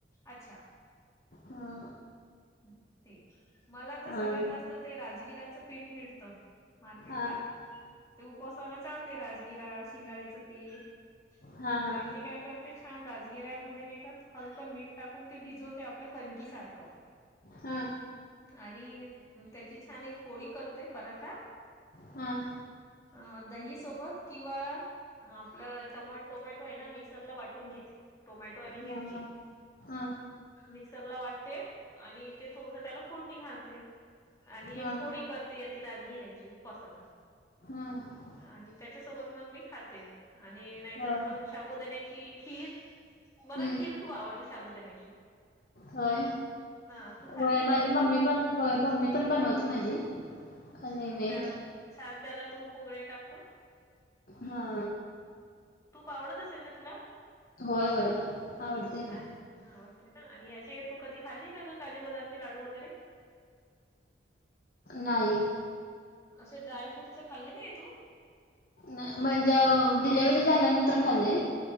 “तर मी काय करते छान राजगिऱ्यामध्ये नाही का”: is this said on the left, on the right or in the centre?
Left